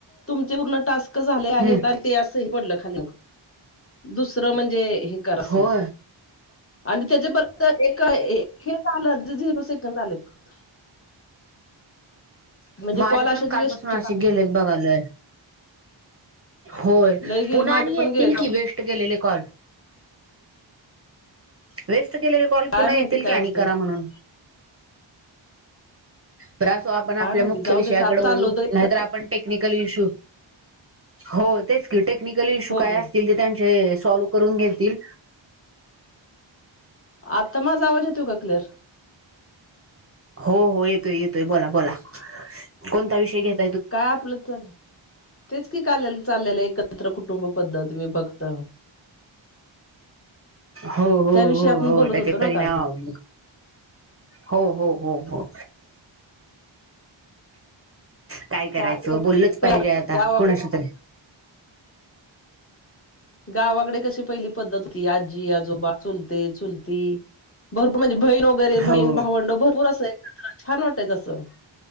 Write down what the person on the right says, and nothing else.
हम्म
होय
माझे
पण
कालपासून असे
गेलेत बघा लय. होय
पुन्हा
आणि येतील
की वेस्ट गेलेले कॉल वेस्ट गेलेले कॉल
पुन्हा
येतील
की आणि
करा म्हणून तर असो आपण आपल्या
मुख्य
विषयाकड
वळू
नायतर आपण टेक्निकल इशू हो तेच ते टेक्निकल इश्यू
काय
असतील ते त्यांचे सॉल्व करून घेतील.
हो हो येतोय येतोय बोला बोला कोणता विषय घेत
हो हो
हो
हो
त्याचे
परिणाम
हो हो हो हो काय करायचं
बोललच
पाहिजे आता
कोणाशी तरी
हो